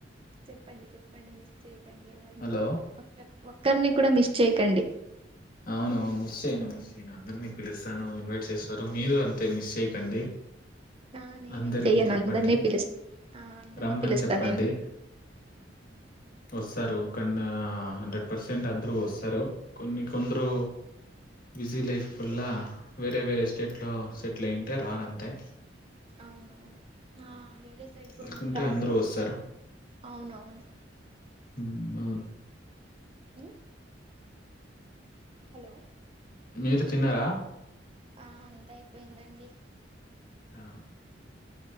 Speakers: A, on the right; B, on the left.
A: చెప్పండి చెప్పండి మిస్ చేయక్
B: హలో
A: ఒక్కరిని కూడా మిస్ చేయకండి
B: అవునవును మిస్ చేయను మిస్ నేను అందరినీ పిలుస్తాను ఇన్వైట్ చేస్తాను మీరు టె మిస్సయి కండి
A: ఆ నేనేం
B: అందరికి
A: చెయ్యను
B: చెప్పండి
A: అందరినీ పిలుస్ ఆ అందరినీ
B: రమ్మని
A: పిలుస్తా
B: చెప్పండి
A: నేను
B: వస్తారు హండ్రెడ్ పర్సెంట్ అందరూ వస్తారు కొన్ని కొందరు బిజీ లైఫ్ వల్ల వేరే వేరే స్టేట్లో సెటిల్ అయ్యుంటే రారంతే
A: అవునవును ఆ వేరే సైడ్ పోయింటే
B: లేకుంటే
A: రారు
B: అందరూ వస్తారు
A: అవునవును
B: ఉమ్ అవును
A: ఉ హలో
B: మీరు తిన్నారా
A: ఆ అంత అయిపోయిందండి
B: ఆ